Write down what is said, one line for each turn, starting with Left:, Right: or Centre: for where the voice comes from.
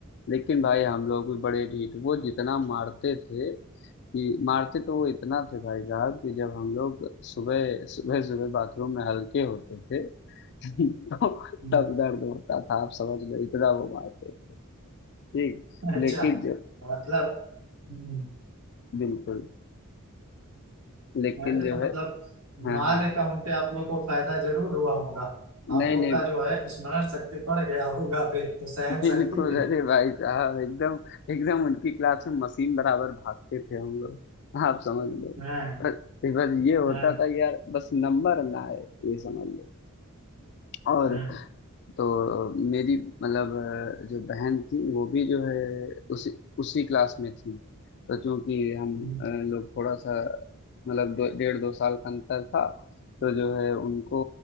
Left: लेकिन भाई हम लोग भी बड़े ढीठ वो जितना मारते थे कि मारते तो वो इतना थे भाई साहब कि जब हम लोग सुबह सुबह सुबह बाथरूम में हल्के होते थे <laughs> तो
Right: हम्म।
Left: तब दर्द होता था आप समझ लो इतना वो मारते थे ठीक
Right: <laughs> अच्छा
Left: लेकिन जो
Right: मतलब हम्म,
Left: बिल्कुल लेकिन
Right: अरे
Left: जो
Right: तो
Left: है
Right: मतलब
Left: हाँ
Right: मार
Left: हाँ
Right: अकाउंट पे आप लोग को फायदा जरूर हुआ होगा आप
Left: नहीं
Right: लोग
Left: नहीं
Right: का जो है स्मरण शक्ति बढ़ गया होगा फिर तो सहन
Left: बिल्कुल
Right: शक्ति भी
Left: अरे भाई साहब एकदम एकदम उनकी क्लास में मशीन बराबर भागते थे हम लोग आप समझ लो
Right: हाँ
Left: बस बस ये होता
Right: हाँ
Left: था यार बस नंबर ना आए ये समझ लो और
Right: हाँ
Left: तो मेरी मतलब अ, जो बहन थी वो भी जो है उसी उसी क्लास में थी तो चूंकि हम
Right: हम्म,
Left: अ, लोग थोड़ा सा मतलब दो, डेढ़ दो साल का अंतर था तो जो है उनको